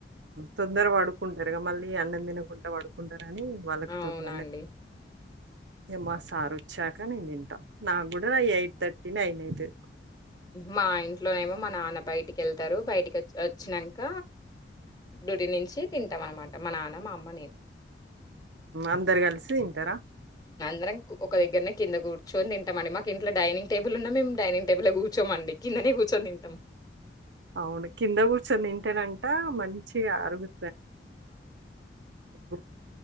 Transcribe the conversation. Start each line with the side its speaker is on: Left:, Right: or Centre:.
Right: తొందరగా పడుక్కుంటారుగా మళ్ళీ అన్నం తినకుండా పడుకు కుంటారని వాళ్ళకు
Left: అవునండి.
Right: త ఏమ సార్ వచ్చాక నేను తంటాను నాకు కూడా ఎయిట్ థర్టీని అయినయితే
Left: మా ఇంట్లోనేమో మా నాన్న బయటికి వెళ్తారు బయటికి వచ్చినాక డూటి నుంచి తింటాం అనమాట మా నాన్న మా అమ్మ నేను
Right: అందరు కలిసి తింటారా
Left: అ ఒక దగ్గరనే కింద కూర్చోని తింటమం మా ఇంట్లో ైనింగ్ టేబుల్ ఉన్నా మేము డనింగ్ టేబుల్ కూర్చోమండి కింద అనే కూర్చొనింటాం
Right: అవును కింద కూర్చొని తంటేనంట మంచి ఆరుగు ఆ